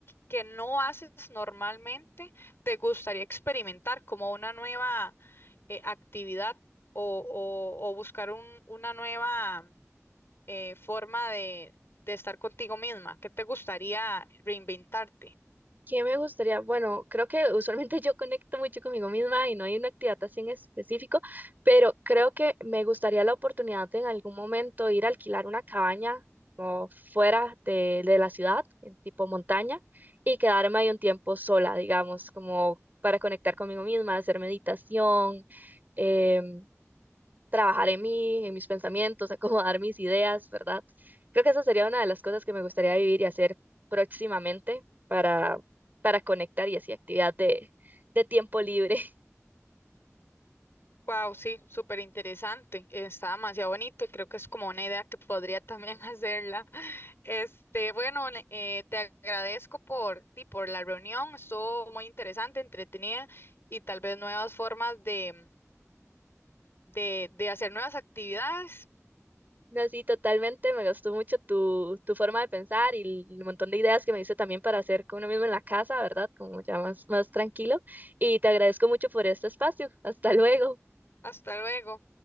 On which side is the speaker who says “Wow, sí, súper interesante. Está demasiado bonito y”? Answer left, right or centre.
Left